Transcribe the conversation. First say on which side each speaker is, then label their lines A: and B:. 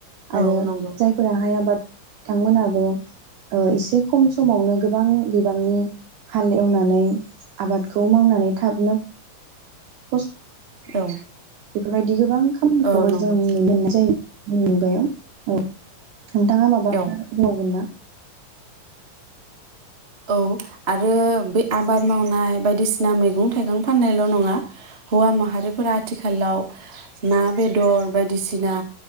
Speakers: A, on the right; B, on the right.
A: आरो
B: औ नंगौ
A: जायफोरा हाय आबाद बिथांमोनाबो ओ एसे खम समावनो गोबां बिबांनि हाल एवनानै आबादखौ मावनानै थाबनो फस
B: औ।
A: बेफोरबायदि जोब गोबां खामानिखौबो
B: औ नंगौ
A: जों नुनो मोननाय जायो मुगायाव। औ नोंथाङा माबाफोर
B: औ
A: बुंबावगोन ना।
B: औ आरो बे आबाद मावनाय बायदिसिना मैगं थाइगं फाननायल नङा हौवा माहारिफोरा आथिखालाव ना बेदर बायदिसिना